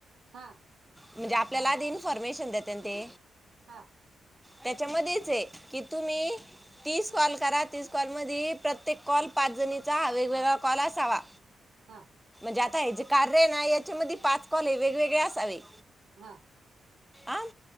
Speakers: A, on the right; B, in the centre.
A: हा.
B: म्हणजे आपल्याला आधी इन्फॉर्मेशन देतेन ते.
A: हा.
B: त्याच्यामध्येच आहे की तुम्ही तीस
A: हा
B: कॉल करा. तीस कॉल मध्ये प्रत्येक कॉल
A: हा
B: पाच जणी हा वेगवेगळा कॉल असावा.
A: हा.
B: जे आता आहे जे कार्य ना याच्यामध्ये पाच. कॉले वेगवेगळे असावे.
A: हा.
B: आं.